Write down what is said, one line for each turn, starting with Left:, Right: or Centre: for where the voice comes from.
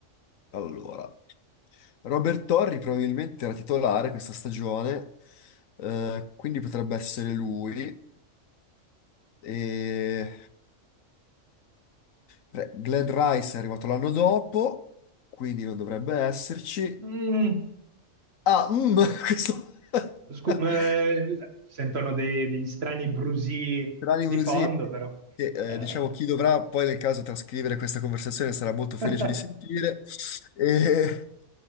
Left: Allora. Robert Torri probabilmente era titolare questa stagione, eh, quindi potrebbe essere lui. E... beh, Glenn Rice è arrivato l'anno dopo, quindi non dovrebbe esserci.
Right: Mm,
Left: Ah, mm, <laughs> questo... <laughs>
Right: scu- eh, sentono dei- degli strani brusì
Left: Tranne
Right: di
Left: Brusì,
Right: fondo, però.
Left: che eh,
Right: Eh,
Left: diciamo chi dovrà poi nel caso trascrivere questa conversazione sarà molto felice
Right: Eh,
Left: di sentire, <laughs> e-